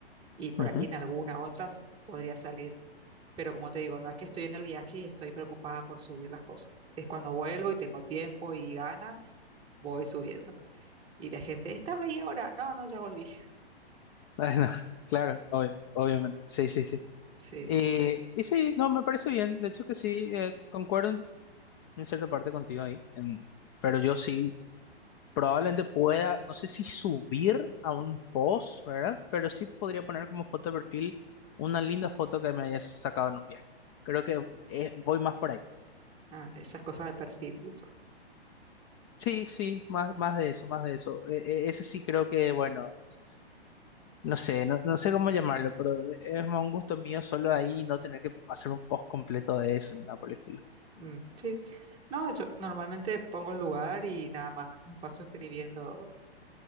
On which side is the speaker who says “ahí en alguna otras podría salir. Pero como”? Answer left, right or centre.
Right